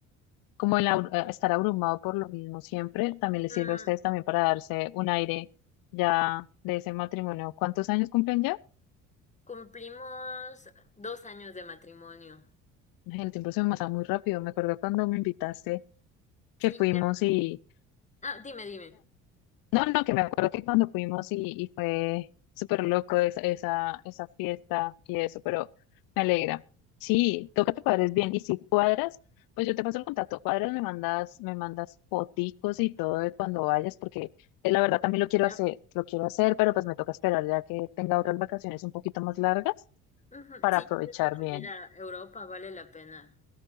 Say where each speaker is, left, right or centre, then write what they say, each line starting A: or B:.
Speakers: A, on the left (about 55°); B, on the left (about 15°).
A: como el abru- eh, estar abrumado por lo mismo siempre, también les
B: Mm,
A: sirve a ustedes también para darse un aire ya de ese matrimonio. ¿Cuántos años cumplen ya?
B: cumplimos dos años de matrimonio.
A: El tiempo se me pasa muy rápido. Me acuerdo cuando me invitaste que
B: Sí,
A: fuimos y
B: Ah, dime, dime.
A: No, no, que me acuerdo que cuando fuimos y, y fue súper loco esa, esa, esa fiesta y eso, pero me alegra. Sí, toca que cuadres bien. Y si cuadras, pues yo te paso el contacto. Cuadras, me mandas, me mandas foticos y todo de cuando vayas, porque eh, la verdad también lo quiero
B: Ah,
A: hacer, lo quiero hacer, pero pues me toca esperar ya que tenga otras vacaciones un poquito más largas
B: Ujú,
A: para
B: Sí,
A: aprovechar
B: yo creo que para
A: bien.
B: ir a Europa vale la pena